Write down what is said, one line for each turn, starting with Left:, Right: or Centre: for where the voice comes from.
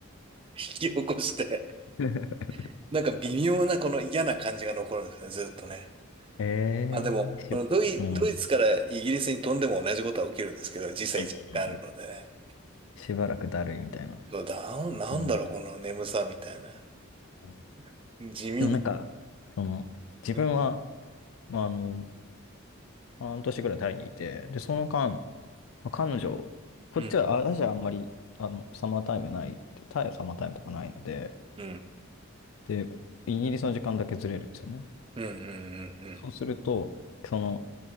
Right: 引き起こして、
Left: <laughs>
Right: <laughs> なんか微妙なこの嫌な感じが残るんですね、ずっとね。
Left: ええー、
Right: まあ、でも、
Left: し、
Right: このドイ、
Left: うん。
Right: ドイツからイギリスに飛んでも同じことは起きるんですけど、
Left: うん
Right: 時差一時間あるのでね。
Left: うんうんしばらくだるいみたいな。
Right: そうだ、なんだろう、
Left: うん、
Right: この眠さみたいな。
Left: うん
Right: <laughs> 地味に。
Left: でもなんか、その、自分は、
Right: うん。
Left: まあ、あの、半年ぐらいタイにいて、で、その間、まあ彼女、こっちは、
Right: うん。
Left: あ私はあんまり、あの、サマータイムない、でタイはサマータイムとかないので、
Right: うん。
Left: で、イギリスの時間だけずれるんですよね。
Right: うん。うん。うん。
Left: そうすると、その、